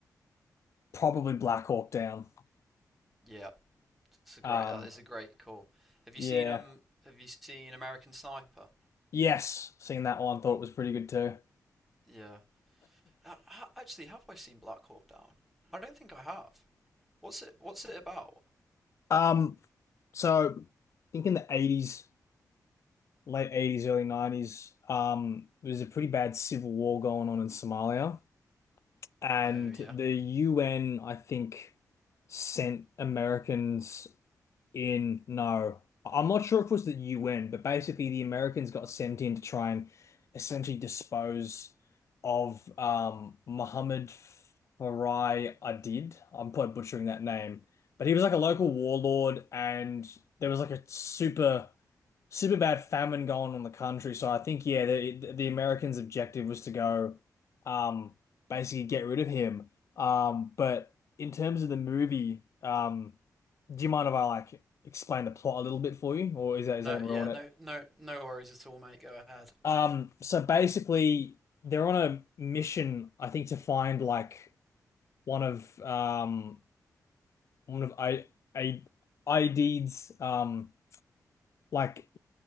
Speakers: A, on the left; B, in the centre.
A: probably Black Hawk Down.
B: Yeah, it's a great.
A: Um,
B: That is a great call. Have
A: yeah,
B: you seen um? Have you seen American Sniper?
A: yes, seen that one. Thought it was pretty good too.
B: Yeah. Uh, ha- actually, have I seen Black Hawk Down? I don't think I have. What's it? What's it about?
A: Um, so I think in the eighties, late eighties, early nineties, um, there was a pretty bad civil war going on in Somalia, and
B: Oh yeah.
A: the UN, I think, sent Americans in no. I'm not sure if it was the UN, but basically the Americans got sent in to try and essentially dispose of um Mohammed Farai Adid. I'm probably butchering that name. But he was like a local warlord and there was like a super super bad famine going on in the country. So I think yeah, the the Americans' objective was to go um basically get rid of him. Um but in terms of the movie, um do you mind if I like explain the plot a little bit for you, or is that
B: No,
A: is that gonna
B: yeah,
A: ruin
B: no,
A: it?
B: no, no worries at all, mate. Go ahead.
A: Um, so basically, they're on a mission, I think, to find like one of um one of I I ID's um like